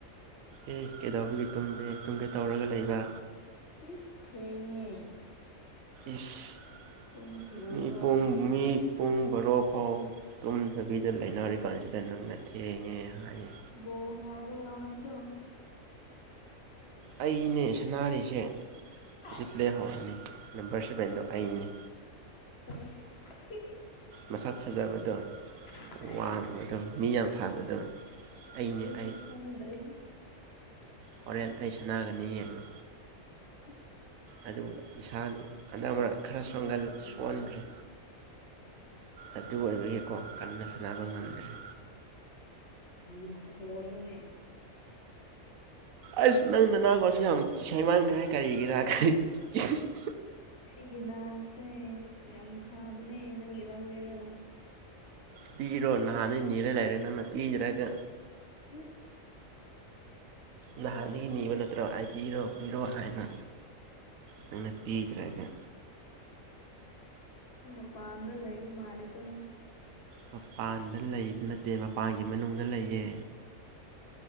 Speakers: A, on the right (about 80°); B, on the left (about 55°).
A: ꯑꯦ ꯀꯩꯗꯧꯕꯒꯤ ꯇꯨꯝꯗꯦ ꯇꯨꯝ ꯒꯩ ꯇꯧꯔꯒ ꯂꯩꯕ
B: ꯏꯁ ꯊꯦꯡꯉꯦ
A: ꯏꯁ
B: ꯇꯨꯝꯈꯤꯔꯣꯏꯗ꯭ꯔꯣ
A: ꯃꯤꯄꯨꯡ
B: ꯅꯪꯗꯤ
A: ꯃꯤ ꯄꯨꯡ ꯕꯣꯔꯣ ꯐꯥꯎ ꯇꯨꯝꯗꯕꯤꯗ ꯂꯩꯅꯔꯤꯀꯥꯟꯁꯤꯗ ꯅꯪꯅ ꯊꯦꯡꯉꯦ ꯍꯥꯏꯌꯦ
B: ꯑꯣ ꯉꯥꯏꯕꯗ ꯔꯣꯅꯪꯁꯨ
A: ꯑꯩꯅꯦ ꯁꯅꯥꯔꯤꯁꯦ
B: ꯍꯥꯏꯁ
A: ꯍꯧꯖꯤꯛ ꯂꯩꯍꯧꯔꯅꯦ ꯅꯝꯕꯔ ꯁꯚꯦꯟꯗꯣ ꯑꯩꯅꯦ
B: <unintelligible>
A: ꯃꯁꯛ ꯐꯖꯕꯗꯣ
B: ꯑꯁ
A: ꯋꯥꯡꯕꯗꯣ ꯃꯤ ꯌꯥꯝ ꯐꯕꯗꯣ <unintelligible> ꯑꯩꯅꯦ
B: ꯑꯩꯗꯤ
A: ꯑꯩ
B: ꯈꯪꯗ꯭ꯔꯦꯍꯦ
A: ꯍꯣꯔꯦꯟ ꯑꯩ ꯁꯥꯟꯅꯒꯅꯤ ꯌꯦꯡꯉꯣ
B: <inaudible>
A: ꯑꯗꯨ ꯏꯁꯥꯅ ꯑꯟꯅꯛ ꯈꯔ
B: ꯑꯩꯗꯤ
A: ꯁꯣꯟꯒꯜ ꯁꯣꯟꯈ꯭ꯔꯦ
B: ꯌꯦꯡꯂꯣꯏ
A: ꯑꯗꯨ ꯑꯣꯏꯕꯒꯤꯀꯣ ꯀꯟꯅ ꯁꯅꯕ ꯉꯝꯗ꯭ꯔꯦ
B: ꯀꯔꯤ ꯃꯈꯣꯅꯨꯅꯦ
A: ꯑꯁ ꯅꯪ ꯅꯅꯥꯒꯣꯟꯁꯤ ꯌꯥꯝ ꯁꯦꯡꯃꯟꯈ꯭ꯔꯦ ꯀꯔꯤꯒꯤꯔ ꯀꯔꯤ <unintelligible>
B: ꯑꯩꯒꯤ ꯅꯁꯦ ꯌꯥꯝ ꯐꯕꯅꯦ ꯅꯪꯒꯤ ꯂꯧꯒꯦꯔꯣ
A: ꯄꯤꯔꯣ ꯅꯍꯥꯟꯗꯩ ꯅꯤꯔ ꯂꯩꯔꯦ ꯅꯪꯅ ꯄꯤꯗ꯭ꯔꯒ
B: ꯏꯁ
A: ꯅꯍꯥꯟꯗꯒꯤ ꯅꯤꯕ ꯅꯠꯇ꯭ꯔꯣ ꯑꯩ ꯄꯤꯔꯣ ꯄꯤꯔꯣ ꯍꯥꯏꯅ ꯅꯪꯅ ꯄꯤꯗ꯭ꯔꯒ
B: ꯃꯄꯥꯟꯗ ꯂꯩꯕ ꯃꯥꯟꯂꯤꯀꯣ
A: ꯃꯄꯥꯟꯗ ꯂꯩꯕ ꯅꯠꯇꯦ ꯃꯄꯥꯟꯒꯤ ꯃꯅꯨꯡꯗ ꯂꯩꯌꯦ